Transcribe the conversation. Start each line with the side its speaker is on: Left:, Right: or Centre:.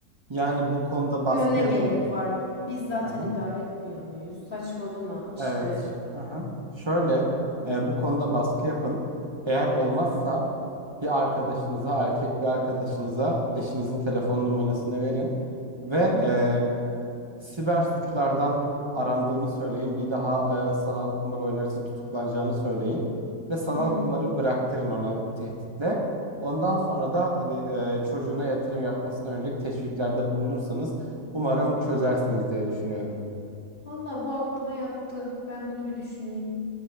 Right: Yani bu konuda baskı
Left: Diyor ne
Right: yapın.
Left: gerek var? Biz zaten
Right: Aha.
Left: idare etmiyor muyuz? Saçmalama işte.
Right: Evet. Aha. Şöyle e, bu konuda baskı yapın. Eğer olmazsa bir arkadaşınıza, erkek bir arkadaşınıza eşinizin telefon numarasını verin ve
Left: Hı hı.
Right: e, siber suçlardan arandığını söyleyin. Bir daha e, sanal kumar oynarsa tutuklanacağını söyleyin. Ve sanal
Left: Hmm.
Right: kumarı bıraktırın ona bu tehditle. Ondan sonra da hani e, çocuğuna yatırım yapmasına yönelik teşviklerde bulunursanız umarım çözersiniz diye düşünüyorum.
Left: Valla bu aklıma yattı. Ben bunu bir düşüneyim.